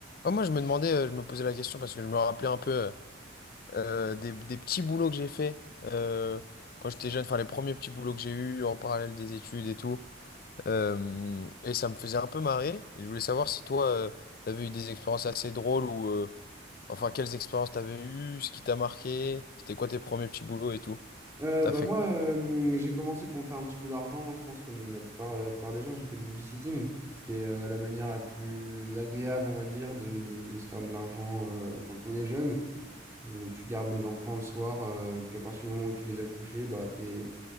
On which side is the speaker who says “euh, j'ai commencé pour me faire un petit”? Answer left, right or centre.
Right